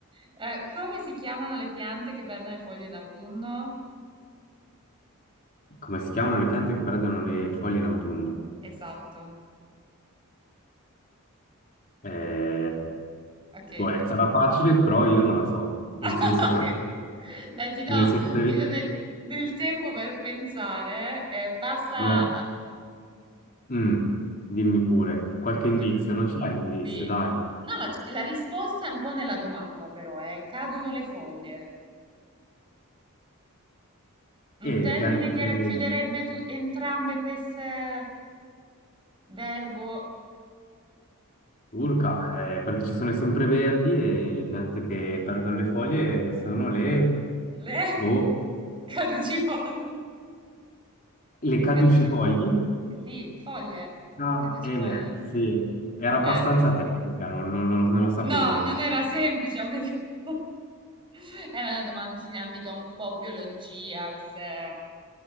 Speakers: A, on the right; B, on the left.
A: Eh, come si chiamano le piante che perdono le foglie in autunno?
B: come si chiamano le piante che perdono le foglie in autunno?
A: Esatto,
B: Eh,
A: ok.
B: boh, eh,
A: però-
B: sarà facile, però io non la so. In
A: <laughs>
B: senso
A: Ok.
B: perché
A: Dai, ti do,
B: non è sempre...
A: ti
B: lì.
A: do del, del tempo per pensare. eh, basta...
B: No. Mm, dimmi pure, qualche indizio?
A: eh,
B: Non c'è un indizio,
A: Sì.
B: dai.
A: No, ma c- la risposta è un po' nella domanda, però, eh. Cadono le foglie. Un
B: E
A: termine
B: le piante
A: che racchiuderebbe
B: che...
A: tu- entrambe queste verbo
B: Urca, eh, perché ci sono i sempreverdi e le piante che perdono le foglie sono le,
A: le <laughs>
B: boh,
A: caducifoglie.
B: le caducifogli.
A: Caducifoglie. Sì, foglie.
B: Ah,
A: Caducifoglie.
B: eh, beh, sì, era abbastanza
A: Eh.
B: tecnica, non, non- non- non lo sapevo.
A: No, non era semplice, mi ha detto. <laughs> Era una domanda sì, in ambito un po' biologia, queste... mm,